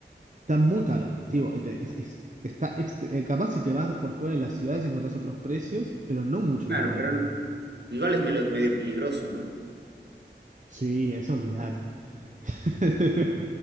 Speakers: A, on the right; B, on the right.
A: está muy caro. Tipo, te- es- es- está ext- eh, capaz si te vas por fuera de las ciudades encontrás otros precios, pero no mucho
B: Claro,
A: más barato.
B: pero igual es melo- medio peligroso, ¿no?
A: Sí, eso olvídate. <laughs>